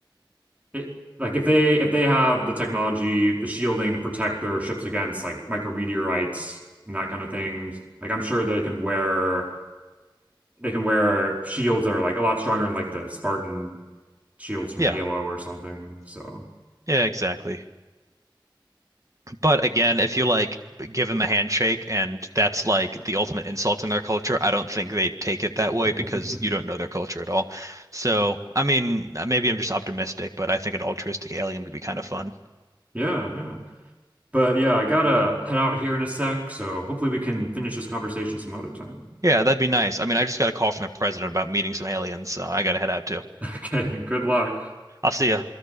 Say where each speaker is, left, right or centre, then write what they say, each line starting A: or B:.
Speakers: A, on the right (about 15°); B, on the right (about 40°).
A: it like if they if they have the technology, the shielding to protect their ships against like micrometeorites and that kind of things, like I'm sure they can wear they can wear shields that are like a lot stronger than like the Spartan shields from
B: Yeah.
A: Halo or something. So
B: Yeah, exactly. But again, if you like give them a handshake and that's like the ultimate insult in their culture, I don't think they'd take it that way
A: <laughs>
B: because you don't know their culture at all. So, I mean, maybe I'm just optimistic, but I think an altruistic alien would be kind of fun.
A: yeah, yeah. But yeah, I gotta head out here in a sec, so hopefully we can finish this conversation some other time.
B: Yeah, that'd be nice. I mean, I just got a call from the president about meeting some aliens, so I gotta head out too.
A: <laughs> Okay, good luck.
B: I'll see you.